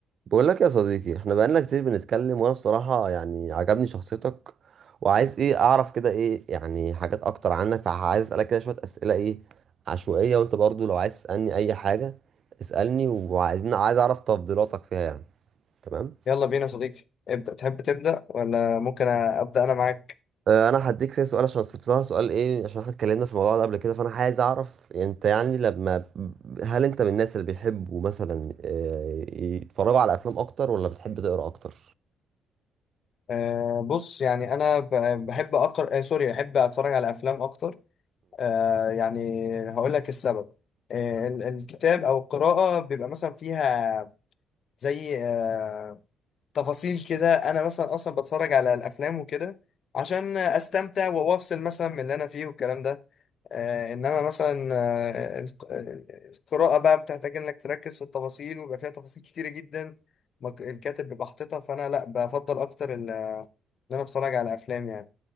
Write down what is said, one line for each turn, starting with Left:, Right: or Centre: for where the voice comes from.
Right: بقول لك يا صديقي احنا بقالنا كتير بنتكلم وانا بصراحة يعني عجبني شخصيتك وعايز ايه اعرف كده ايه يعني حاجات اكتر عنك فعايز اسألك كده شوية اسئلة ايه عشوائية وانت برضو لو عايز تسألني اي حاجة اسألني وعايزين عايز اعرف تفضيلاتك فيها يعني تمام
Left: يلا بينا يا صديقي ابدأ تحب تبدأ ولا ممكن أبدأ أنا معاك
Right: اه انا هديك كده سؤال عشان بصراحة سؤال ايه عشان احنا اتكلمنا في الموضوع ده قبل كده فانا عايز اعرف انت يعني لما هل انت من الناس اللي بيحبوا مثلا اه، يتفرجوا على افلام اكتر ولا بتحب تقرا اكتر؟
Left: أه بص يعني أنا ب- بحب أقرأ أه سوري بحب أتفرج على أفلام أكتر أه يعني هقول لك السبب أه ال- الكتاب أو القراءة بيبقى مثلا فيها زي آه، تفاصيل كده انا مثلا اصلا بتفرج على الافلام وكده عشان استمتع وافصل مثلا من اللي انا فيه والكلام ده آه انما مثلا آه الق- آه، القراءة بقى بتحتاج انك تركز في التفاصيل ويبقى فيها تفاصيل كتيرة جدا مك- الكاتب بيبقى حاططها فانا لا بفضل اكتر ال- ان انا اتفرج على افلام يعني